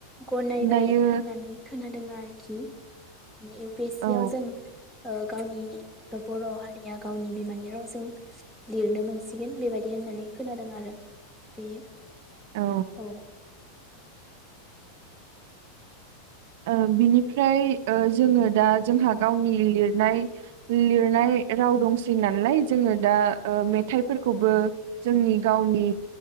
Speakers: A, in the centre; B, on the right.
A: गनायबाय
B: दायो
A: होननानै खोनादों आरोखि माने इउ पि एस
B: औ
A: सि आव जों गावनि बर' हारिया गावनि बिमानि रावजों लिरनो मोनसिगोन बेबायदि होननानै खोनादों आरो बे
B: औ।
A: अ।
B: ओ बिनिफ्राय ओ जोङो दा जोंहा गावनि लिरनाय लिरनाय राव दंसै नालाय जोङो दा ओ मेथाइफोरखौबो जोंनि गावनि